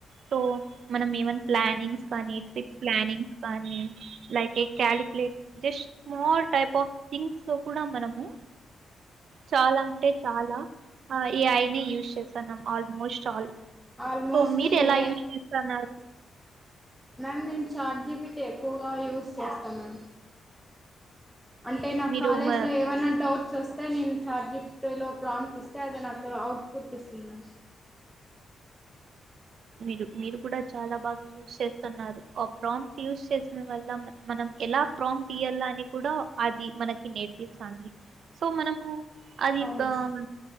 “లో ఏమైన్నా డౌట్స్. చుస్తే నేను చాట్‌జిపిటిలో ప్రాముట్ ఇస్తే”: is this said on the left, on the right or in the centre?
Centre